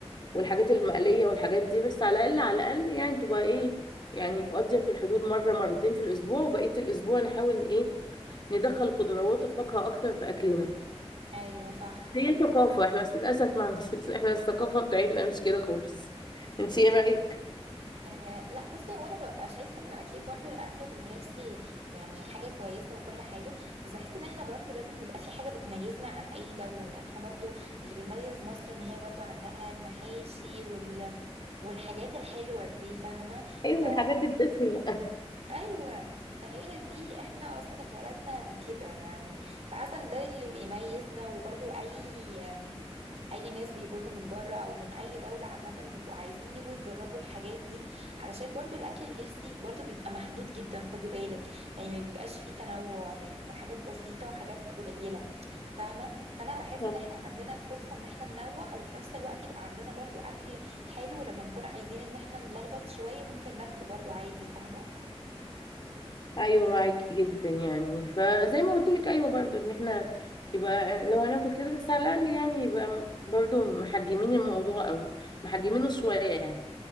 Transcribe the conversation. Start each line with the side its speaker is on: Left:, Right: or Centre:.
Left: والحاجات المقليه والحاجات دي بس على الاقل على الاقل يعني تبقى ايه يعني في اضيق الحدود مره مرتين في الاسبوع وبقيه الاسبوع نحاول ايه ندخل خضروات وفاكهه اكتر في اكلنا
Right: ايوه صح
Left: هي ثقافه احنا بس للاسف ما عندناش <laughs> احنا الثقافه بتاعتنا مش كده خالص انت ايه رايك
Right: آه لا بصي هو انا ببقى شايفه انه اكيد برضو الاكل الهيلثي يعني حاجه كويسه وكل حاجه بس بحس ان احنا برضو لازم نبقى في حاجه بتميزنا عن اي دوله يعني احنا برضو اللي بيميز مصر ان هي برضو عندها المحاشي وال والحاجات الحلوه دي فاهمه
Left: ايوه
Right: ف...
Left: الحاجات الدسمه
Right: ايوه فهي دي احنا اصلا اتولدنا كده يعني فحاسه ان ده اللي بيميزنا وبرضو اي اي ناس بيجولنا من بره او من اي دوله عامه بيبقوا عايزين يجوا يجربوا الحاجات دي علشان برضو الاكل الهيلثي برضو بيبقى محدود جدا خدي بالك يعني ما بيبقاش فيه تنوع يعني بيبقى حاجات بسيطه وحاجات قليله فاهمه فانا بحس
Left: <laughs>
Right: ان احنا عندنا الفرصه ان احنا ننوع وفي نفس الوقت يبقى عندنا برضو اكل حلو لما نكون عايزين ان احنا نلخبط شويه ممكن ناكله برضو عادي فاهمه
Left: ايوه معاكي جدا يعني فزي ما قلت لك ايوه برضو ان احنا يبقى لو هناكل كده بس على الاقل يعني يبقى برضو محجمين الموضوع قوي محجمينه شويه يعني